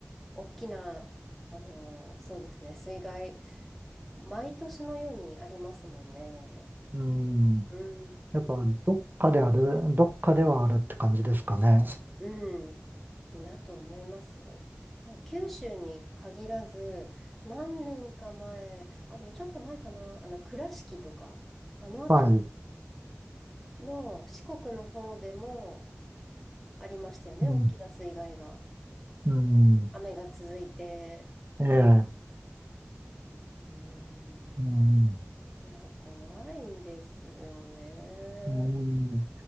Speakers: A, in the centre; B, on the right (about 45°).
A: 大きな、あのーそうですね、水害、毎年のようにありますもんね。
B: うん。
A: うん。
B: やっぱ、どっかである、どっかではあるって感じですかね。
A: うん。だと思います。九州に限らず、何年か前、あ、でもちょっと前かな、あの、倉敷とか、あの辺り
B: はい。
A: の四国の方でもありましたよね、
B: うん。
A: 大きな水害が。
B: うん。
A: 雨が続いてって
B: ええ。
A: うーん。
B: うん。
A: いや、怖いですよね。
B: うん。い